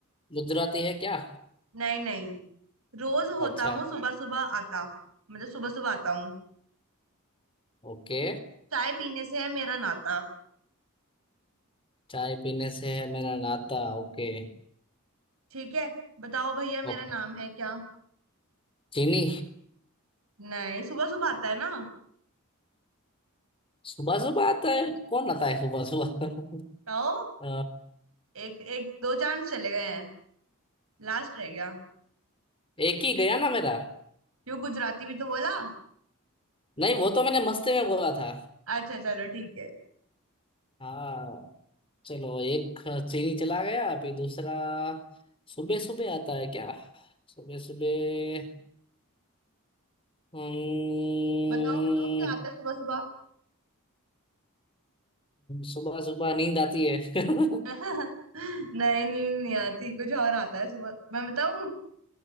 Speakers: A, on the left; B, on the right.
A: गुजराती है क्या
B: नहीं नहीं रोज
A: अच्छा
B: होता हूँ सुबह सुबह आता मतलब सुबह सुबह आता हूँ
A: ओके
B: चाय पीने से है मेरा नाता
A: चाय पीने से है मेरा नाता ओके
B: ठीक है बताओ भैया मेरा
A: ओके
B: नाम है क्या
A: चीनी
B: नहीं सुबह सुबह आता है ना
A: सुबह सुबह आता है कौन आता है सुबह सुबह
B: बताओ
A: <laughs> अ,
B: एक एक दो चांस चले गए हैं लास्ट रह गया
A: एक ही गया ना मेरा
B: क्यों गुजराती भी तो बोला
A: नहीं वो तो मैंने मस्ती में बोला था
B: अच्छा चलो ठीक है
A: हाँ चलो एक चीनी चला गया अभी दूसरा सुबह सुबह आता है क्या सुबह सुबह हम्म
B: बताओ बताओ क्या आता है सुबह सुबह
A: सुबह सुबह नींद आती है <laughs>
B: <laughs> नहीं नींद नहीं आती कुछ और आता है सुबह मैं बताऊं